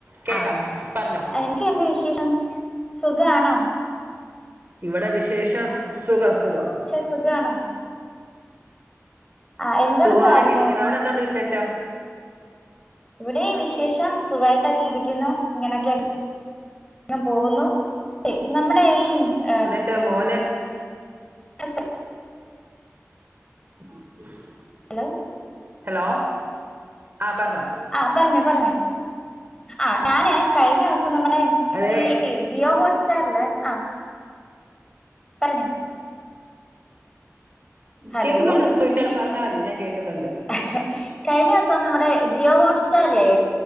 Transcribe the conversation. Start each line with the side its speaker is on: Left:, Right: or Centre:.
Right: കേക്കാം
Left: ആഹ്
Right: പറഞ്ഞോ
Left: അഹ് എന്തെക്കെയുണ്ട് വിശേഷം സുഖാണോ
Right: ഇവടെ വിശേഷം സ് സുഖം സുഖം
Left: സുഖാണ് ആഹ് എന്തൊടുക്കായിരുന്നു
Right: സുഖമായിട്ടിരിക്കുന്നു അവിടെ എന്തുണ്ട് വിശേഷം
Left: ഇവിടേം വിശേഷം സുഖായിട്ടൊക്കെ ഇരിക്കുന്നു ഇങ്ങനൊക്കെ അ അങ്ങ് പോകുന്നു എഹ് നമ്മുടെ കയ്യീ ഈ എഹ്
Right: ട്ട് മോന്
Left: <unintelligible> സ്സെ
Right: അ
Left: ഹലോ
Right: ഹലോ ആഹ് പർഞ്ഞോ
Left: ആഹ് പർഞ്ഞോ പർഞ്ഞോ ആഹ് ഞാന് കഴിഞ്ഞ ദിവസം നമ്മുടെ
Right: അതെ
Left: ഈ ജിയോ ഹോട്ട്സ്റ്റാറ്ല് ആഹ് പറഞ്ഞോ ഹലോ
Right: കേക്ക്ന്നുണ്ട് ഇയാള് പറഞ്ഞാ മതി ഞാൻ കേൾക്കുന്നുണ്ട്
Left: എഹ് കഴിഞ്ഞ ദിവസം നമ്മുടെ ജിയോ ഹോട്സ്റ്റാറ്ല്ലേ